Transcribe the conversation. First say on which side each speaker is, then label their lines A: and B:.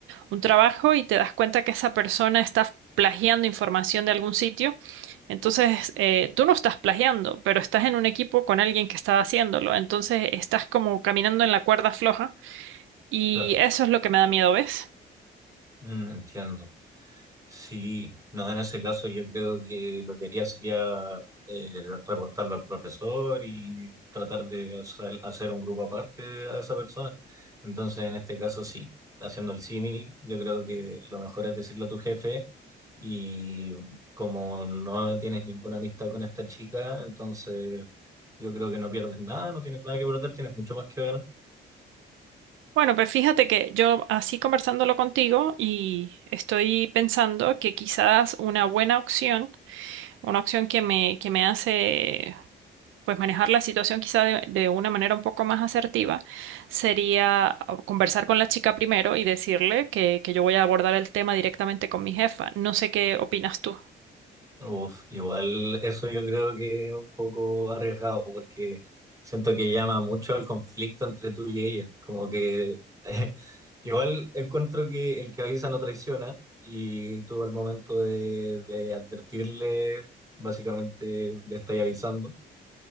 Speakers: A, on the right; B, on the right.
A: un trabajo y te das cuenta que esa persona está plagiando información de algún sitio. Entonces, eh, tú no estás plagiando, pero estás en un equipo con alguien que está haciéndolo. Entonces, estás como caminando en la cuerda floja y
B: Claro,
A: eso es lo que me da miedo, ¿ves?
B: Mm, entiendo. Sí, no, en ese caso yo creo que lo que haría sería eh, reportarlo al profesor y tratar de hacer hacer un grupo aparte a esa persona. Entonces, en este caso sí, haciendo el símil, yo creo que lo mejor es decirle a tu jefe y como no tienes ninguna amistad con esta chica, entonces yo creo que no pierdes nada, no tienes nada que perder, tienes mucho más que ganar.
A: Bueno, pues fíjate que yo así conversándolo contigo y estoy pensando que quizás una buena opción, una opción que me, que me hace pues manejar la situación quizá de, de una manera un poco más asertiva, sería conversar con la chica primero y decirle que, que yo voy a abordar el tema directamente con mi jefa. No sé qué opinas tú.
B: Uf, igual eso yo creo que es un poco arriesgado porque siento que llama mucho al conflicto entre tú y ella. Como que <laughs> igual encuentro que el que avisa no traiciona y tú al momento de, de advertirle, básicamente le estás avisando